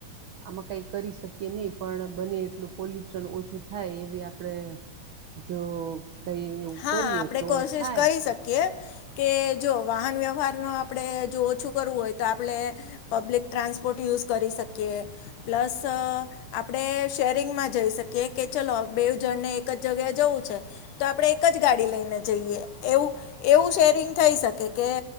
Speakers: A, on the right; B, on the left.
A: આમાં કઈ કરી શકીએ નહીિ પણ બને એટલું પોલ્યુશન ઓછું થાય એવી આપડે જો કઈ એવું
B: હા
A: કરીએ
B: આપણે
A: તો
B: કોશિશ
A: થાય.
B: કરી શકીએ કે જો વાહન વ્યવહાર ન આપણે જો ઓછું કરવું હોય તો આપણે પબ્લિક ટ્રાન્સ પોર્ટ યુઝ કરી શકીએ પ્લસ આપણે શેરિંગમાં જઈ શકીએ કે ચાલ બેવ જણને એક જગ્યાએ જવું છે તો આપડે એક જ ગાડી લઈને જઈએ એવું એવું શેરિંગ થઈ શકે કે